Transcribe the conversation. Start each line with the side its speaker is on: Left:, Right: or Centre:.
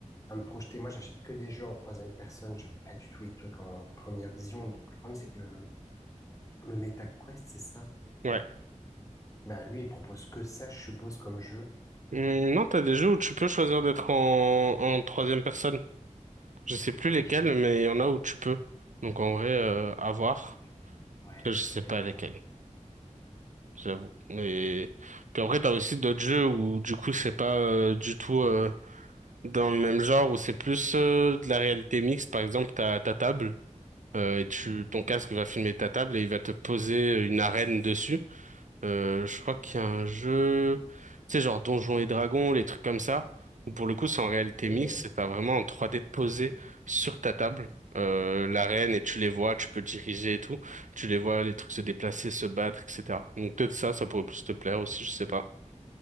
Left: à me projeter. Moi, j'achète que des jeux en troisième personne. J'aime pas du tout les trucs en première vision. Donc, le problème, c'est que le, le MetaQuest, c'est ça?
Right: Ouais.
Left: Bah, lui, il propose que ça, je suppose, comme jeu.
Right: Hum, non, t'as des jeux où tu peux choisir d'être en, en troisième personne. Je sais plus
Left: Ok.
Right: lesquels, mais il y en a où tu peux. Donc, en vrai, euh, à voir.
Left: Faudrait voir. Ouais,
Right: Après, je sais
Left: faudrait
Right: pas
Left: voir.
Right: lesquels. j'avoue. Et puis après, t'as aussi d'autres jeux où du coup, c'est pas euh, du tout euh, dans le même genre, où c'est plus euh, de la réalité mixte. Par exemple, t'as ta table, euh, et tu, ton casque va filmer ta table et il va te poser une arène dessus. Euh, je crois qu'il y a un jeu, tu sais, genre Donjons et Dragons, les trucs comme ça, où pour le coup, c'est en réalité
Left: Et
Right: mixte,
Left: ouais,
Right: c'est t'as vraiment en 3D posé sur ta table, euh, l'arène, et tu les vois, tu peux diriger et tout, tu les vois, les trucs se déplacer, se battre, etc. Donc peut-être ça, ça pourrait plus te plaire aussi, je sais pas.